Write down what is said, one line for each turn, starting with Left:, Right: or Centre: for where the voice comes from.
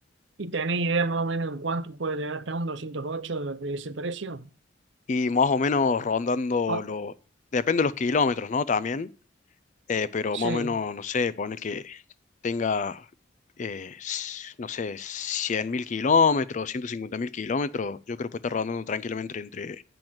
Right: ¿Y tenés idea más o menos en cuánto puede llegar hasta un 208 de de ese precio?
Left: Y más o menos rondando
Right: O-
Left: lo, depende de los kilómetros, ¿no? También, eh, pero
Right: sí,
Left: más o menos, no sé, poner que tenga, eh, s- no sé, cien mil kilómetros, ciento cincuenta mil kilómetros, yo creo que puede estar rondando tranquilamente entre